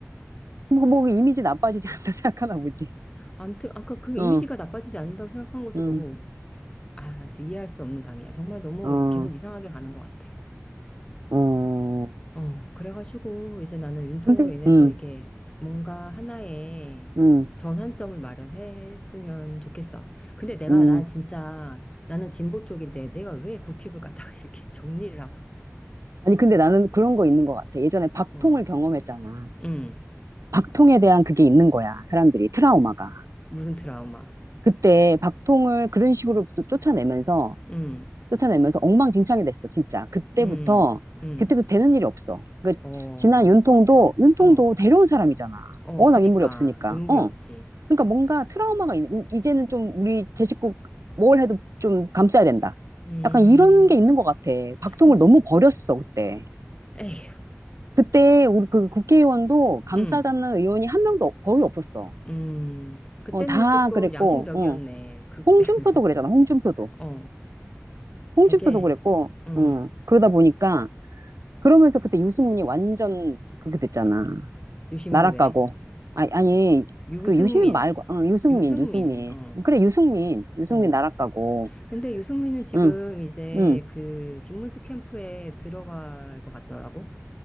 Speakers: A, on the right (about 85°); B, on the left (about 20°).
A: 뭐, 뭐 이미지 나빠지지 않다 <laughs> 생각하나 보지.
B: 아무튼 아까 그 그
A: 어,
B: 이미지가 나빠지지 않는다고 생각한 것도
A: 음,
B: 너무 아, 아무튼 이해할 수 없는 당이야. 정말 너무
A: 어,
B: 계속 이상하게 가는 것 같아.
A: 어.
B: 어, 그래가지고 이제 나는 윤통으로
A: 근데,
B: 인해서
A: 음,
B: 이게 뭔가 하나의
A: 음,
B: 전환점을 마련했으면 좋겠어. 근데 내가,
A: 음.
B: 난 진짜, 나는 진보 쪽인데 내가 왜 국힙을 갖다가 <laughs> 이렇게 정리를 하고 있지?
A: 아니, 근데 나는 그런 거 있는 것 같아. 예전에 박통을
B: 뭐,
A: 경험했잖아.
B: 음,
A: 박통에 대한 그게 있는 거야. 사람들이 트라우마가.
B: 무슨 드라마,
A: 그때 박통을 그런 식으로 또 쫓아내면서,
B: 음,
A: 쫓아내면서 엉망진창이 됐어, 진짜. 그때부터,
B: 음, 음,
A: 그때부터 되는 일이 없어. 그,
B: 어,
A: 지난 윤통도, 윤통도
B: 어,
A: 데려온 사람이잖아.
B: 어,
A: 워낙
B: 그니까
A: 인물이 없으니까.
B: 인물이
A: 어.
B: 없지.
A: 그러니까 뭔가 트라우마가 있는, 이- 이제는 좀 우리 제 식구 뭘 해도 좀 감싸야 된다.
B: 음,
A: 약간 이런 게 있는 것 같아.
B: <laughs>
A: 박통을 너무 버렸어, 그때.
B: 에휴,
A: 그때 우리 그 국회의원도 감싸자는
B: 음,
A: 의원이 한 명도 없- 거의 없었어.
B: 음. 그때는
A: 어, 다
B: 조금
A: 그랬고,
B: 양심적이었네.
A: 어.
B: 그때.
A: 홍준표도
B: <laughs>
A: 그랬잖아, 홍준표도.
B: 어.
A: 홍준표도
B: 되게,
A: 그랬고,
B: 응,
A: 어. 그러다 보니까, 그러면서 그때 유승민이 완전 그게 됐잖아.
B: 유시민이
A: 날아가고.
B: 왜?
A: 아, 아니,
B: 유승민,
A: 그 유시민 말고, 어, 유승민,
B: 유승민,
A: 유승민.
B: 어,
A: 그래, 유승민. 유승민
B: 어.
A: 날아가고.
B: 근데 유승민은 지금
A: 응,
B: 이제
A: 응.
B: 그 김문수 캠프에 들어갈 것 같더라고.